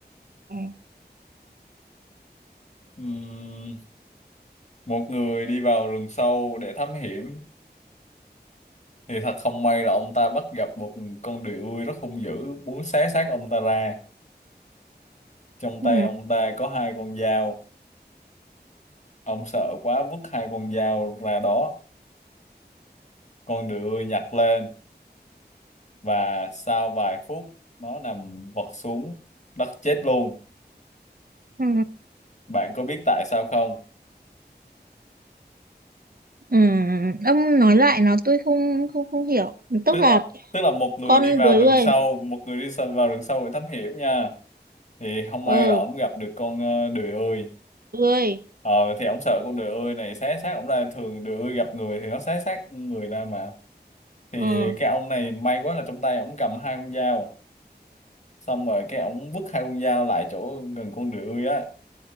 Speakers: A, on the right; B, on the left.
A: ừ.
B: Ừm, một người đi vào rừng sâu để thám hiểm thì thật không may là ông ta bắt gặp một con đười ươi rất hung dữ muốn xé xác ông ta ra trong
A: Ừ.
B: tay ông ta có hai con dao ông sợ quá vứt hai con dao ra đó Con đười nhặt lên và sau vài phút nó nằm vật xuống đất chết luôn.
A: Ừ.
B: Bạn có biết tại sao không?
A: Ừ. ông nói lại nó tôi không không không hiểu tức
B: Tức
A: là
B: là tức là một người
A: con
B: đi vào
A: dưới
B: rừng
A: người
B: sâu, một người đi sâu- vào rừng sâu để thám hiểm nha. Thì không may
A: ừ
B: là ổng gặp được con ờ, đười ươi.
A: ươi
B: Ờ thì ổng sợ con đười ươi này xé xác ổng ra, thường đười ươi gặp người thì nó xé xác người ra mà. Thì
A: ừ
B: cái ông này may quá là trong tay ổng cầm hai con dao. Xong rồi cái ổng vứt hai con dao lại chỗ gần con đười ươi á